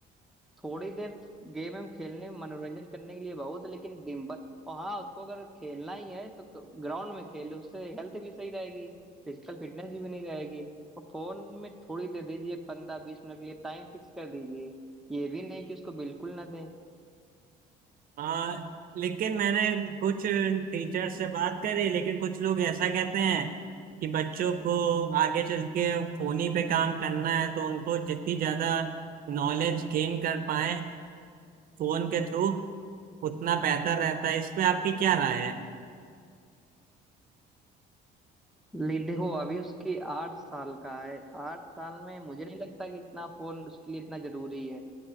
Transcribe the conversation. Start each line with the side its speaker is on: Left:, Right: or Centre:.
Centre: थोड़ी देर गेम हम खेलने मनोरंजन करने के लिए बहुत लेकिन दिन भर और हाँ उसको अगर खेलना ही है तो ग्राउंड में खेले उससे हेल्थ भी सही रहेगी फिजिकल फिटनेस भी बनी रहेगी और फोन में थोड़ी दे दीजिए पंद्रह बीस मिनट के लिए टाइम फिक्स कर दीजिए ये भी नहीं कि उसको बिल्कुल ना दें
Right: हाँ लेकिन मैंने कुछ टीचर से बात करी लेकिन कुछ लोग ऐसा कहते हैं कि बच्चों को आगे चल के फोन ही पे काम करना है तो उनको जितनी ज्यादा नॉलेज गेन कर पाए फोन के थ्रू उतना बेहतर रहता है इस पे आपकी क्या राय है
Centre: ले देखो अभी उसकी आठ साल का है आठ साल में मुझे नहीं लगता कि इतना फोन उसके लिए इतना जरूरी है